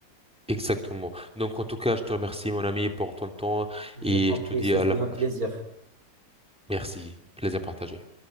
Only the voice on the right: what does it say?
Je
t'en prie,
ce
fut
un plaisir.